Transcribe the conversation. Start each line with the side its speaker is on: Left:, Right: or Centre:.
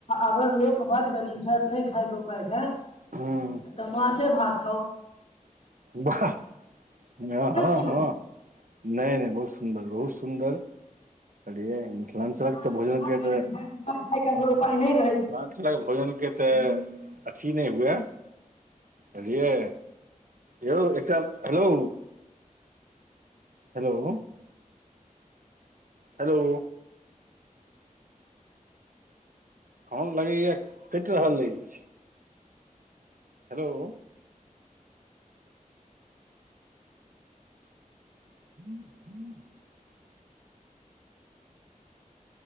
Left: अगर लोक बड गरीब छैथ नहि खायके उपाय छैथ
Right: हूँ
Left: त माछे भात खाउ
Right: बाह हँ
Left: है
Right: हँ
Left: कि नहि
Right: हँ नैय नैय बहुत सुन्दर बहुत सुन्दर यै मिथिलांचलक
Left: मिथिला
Right: तऽ
Left: मे
Right: भोजन
Left: जे बड
Right: के
Left: गरीब
Right: तऽ
Left: छथि हिनका खायके अगर उपाय नहि रहै
Right: मिथिलांचलक भोजन के तऽ अथी नैय हुए भलियै यौ एकटा हेलौ हेलौ हेलौ फोन लगैए कटि रहल अछि हेलौ <inaudible>